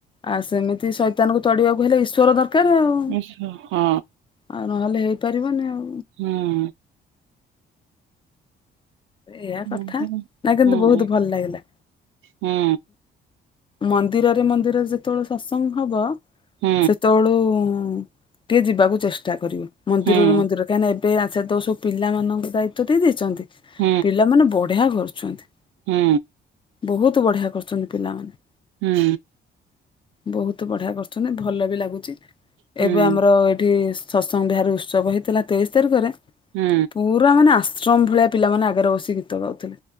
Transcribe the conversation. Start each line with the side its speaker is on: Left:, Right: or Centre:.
Left: ଆଉ ସେମିତି ଶୈତାନଙ୍କୁ ତଡିବାକୁ ହେଲେ ଈଶ୍ୱର ଦରକାର ଆଉ।
Right: ଇସ ହଁ।
Left: ଆଉ ନହେଲେ ହେଇପାରିବନି ଆଉ।
Right: ହୁଁ।
Left: ଏଇଆ
Right: ହୁଁ
Left: କଥା ଆ କିନ୍ତୁ
Right: ହୁଁ
Left: ବହୁତ ଭଲ ଲାଗିଲା।
Right: ହୁଁ
Left: ମନ୍ଦିରରେ ମନ୍ଦିରରେ ଯେତେବେଳେ ସତ୍ସଙ୍ଗ ହବ।
Right: ହୁଁ
Left: ସେତେବେଳୁ ଟିକେ ଯିବାକୁ ଚେଷ୍ଟା କରିବ ମନ୍ଦିରରେ
Right: ହୁଁ
Left: ମନ୍ଦିର କାହିଁକି ନା ଏବେ ଆ ସେତେବେଳେ ସବୁ ପିଲାମାନଙ୍କୁ ଦାୟିତ୍ଵ ଦେଇ ଦେଇଛନ୍ତି,
Right: ହୁଁ ହୁଁ
Left: ପିଲାମାନେ ବଢିଆ କରୁଛନ୍ତି।
Right: ହୁଁ।
Left: ବହୁତ ବଢିଆ କରୁଛନ୍ତି ପିଲାମାନେ।
Right: ହୁଁ।
Left: ବହୁତ ବଢିଆ କରୁଛନ୍ତି, ଭଲ ବି ଲାଗୁଛି।
Right: ହଁ
Left: ଏବେ ଆମର ଏଇଠି ସତ୍ସଙ୍ଗ ବିହାର ଉତ୍ସବ ହେଇଥିଲା ତେଇଶ ତାରିଖରେ
Right: ହୁଁ।
Left: ପୁରା ମାନେ ଆଶ୍ରମ ଭଳିଆ ପିଲାମାନେ ଆଗରେ ବସି ଗୀତ ଗାଉଥିଲେ।